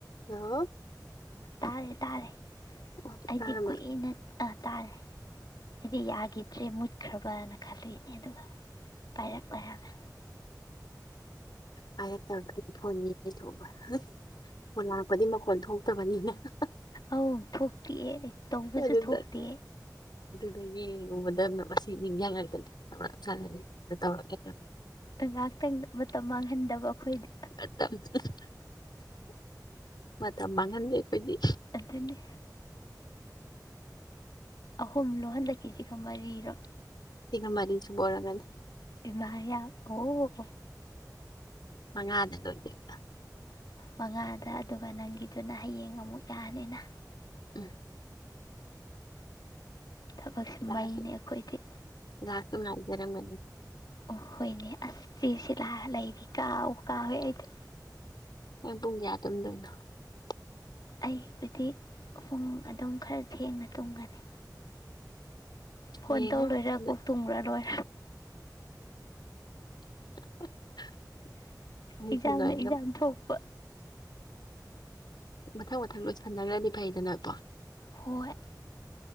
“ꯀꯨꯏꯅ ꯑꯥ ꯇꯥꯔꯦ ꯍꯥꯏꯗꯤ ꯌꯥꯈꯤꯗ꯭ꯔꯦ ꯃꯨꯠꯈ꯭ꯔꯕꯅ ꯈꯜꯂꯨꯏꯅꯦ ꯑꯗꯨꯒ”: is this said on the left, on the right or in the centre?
Left